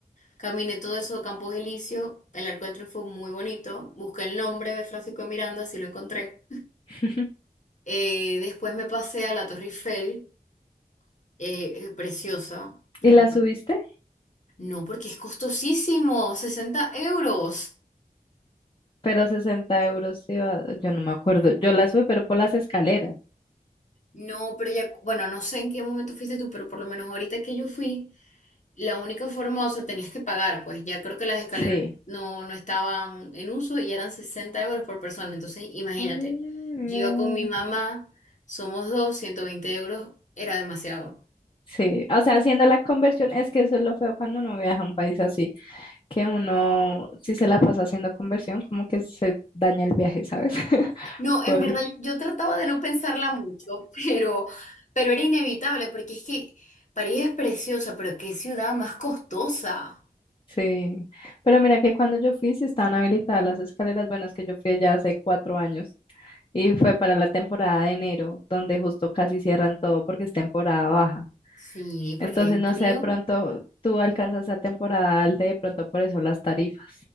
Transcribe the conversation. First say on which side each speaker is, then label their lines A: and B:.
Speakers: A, on the left (about 50°); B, on the left (about 35°).
A: caminé todo eso de Campos Elíseos, el Arco del Triunfo muy bonito, busqué el nombre de Francisco de Miranda, así lo encontré.
B: <laughs>
A: Eh, después me pasé a la Torre Eiffel, eh, eh, preciosa, de
B: ¿Y
A: verdad.
B: la subiste?
A: No, porque es costosísimo, 60 euros.
B: Pero 60 euros, iba, yo no me acuerdo. Yo la subí, pero por las escaleras.
A: No, pero ya, bueno, no sé en qué momento fuiste tú, pero por lo menos ahorita que yo fui, La única forma, o sea, tenías que pagar, pues ya creo que las escaleras
B: Sí,
A: no, no estaban en uso y eran 60 euros por persona. Entonces, imagínate,
B: Mm,
A: yo
B: no.
A: iba con mi mamá, somos dos, 120 euros era demasiado.
B: Sí, o sea, haciendo la conversión, es que eso es lo feo cuando uno viaja a un país así, que uno, si se la pasa haciendo conversión, como que se daña el viaje, ¿sabes? <laughs>
A: No, en
B: Porque,
A: verdad, yo trataba de no pensarla mucho, <laughs> pero, pero era inevitable, porque es que París es preciosa, pero qué ciudad más costosa.
B: sí, pero mira que cuando yo fui, sí estaban habilitadas las escaleras, bueno, es que yo fui allá hace cuatro años y fue para la temporada de enero, donde justo casi cierran todo porque es temporada baja.
A: Sí, porque
B: Entonces,
A: hay un
B: no
A: frío.
B: sé, de pronto tú alcanzas a temporada alta y de pronto por eso las tarifas.